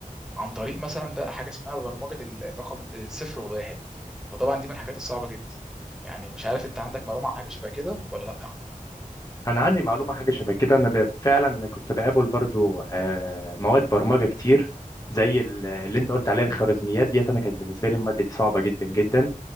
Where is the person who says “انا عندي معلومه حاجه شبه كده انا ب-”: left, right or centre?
Left